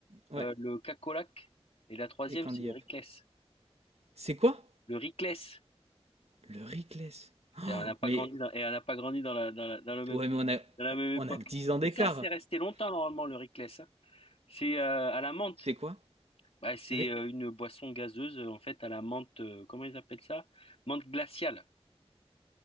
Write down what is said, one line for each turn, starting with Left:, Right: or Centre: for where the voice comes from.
Right: Ouais,
Left: euh, le cacolac. Et la troisième,
Right: et Candy
Left: c'est le Ricless.
Right: Up. C'est quoi
Left: Le Ricless.
Right: Le Rickless.
Left: Et on n'a pas
Right: Mais
Left: grandi dans, et on n'a pas grandi dans la, dans la, dans le même
Right: ouais,
Left: pays,
Right: mais on a,
Left: dans la même époque.
Right: on a que 10 ans d'écart.
Left: Et ça, c'est resté longtemps, normalement, le Ricless. hein. C'est euh, à la menthe.
Right: C'est quoi
Left: Bah, c'est
Right: Ri-
Left: euh, une boisson gazeuse, euh, en fait, à la menthe, euh, comment ils appellent ça? Menthe glaciale.